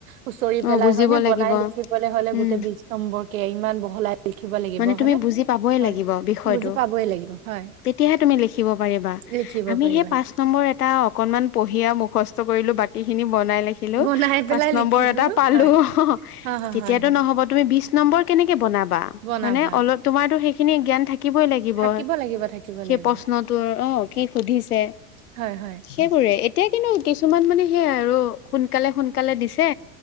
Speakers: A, on the right (about 65°); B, on the left (about 75°).
A: খুচৰি
B: অ
A: পেলাই
B: বুজিব
A: হয়নে
B: লাগিব
A: বনাই লিখিবলৈ হলে
B: উম
A: গোটেই বিছ নম্বৰকে ইমান বহলাই লিখিব লাগিব
B: মানে তুমি
A: হয়নে।
B: বুজি পাবই
A: হয়
B: লাগিব বিষয়টো
A: বুজি পাবই লাগিব, হয়।
B: তেতিয়াহে তুমি লিখিব পাৰিবা,
A: লিখিব
B: আমি
A: পাৰিবা
B: সেই পাছ পাঁচ নম্বৰ এটা অকনমান পঢ়ি আ মুখস্থ কৰিলো বাকী খিনি বনাই লিখিলো,
A: বনাই পেলাই
B: পাঁচ
A: লিখি
B: নম্বৰ
A: থলো
B: এট টা পালো।
A: হয় হয় হয়
B: তেতিয়াটো
A: হয় হয়
B: নহ'ব তুমি বিছ নম্বৰ কেনেকে বনাবা
A: বনাবা
B: হয় নে অলপ- তোমাৰতো সেইখিনি জ্ঞান থাকিবই লা লাগিব
A: থাকিব লাগিব থাকিব
B: সেই
A: লাগিব
B: প্ৰশ্নটোৰ অ কি সুধিছে
A: হয় হয়
B: সেইবোৰে এতিয়া কিন্তু কিছুমান মানে সেই আৰু সোনকালে সোনকালে দিছে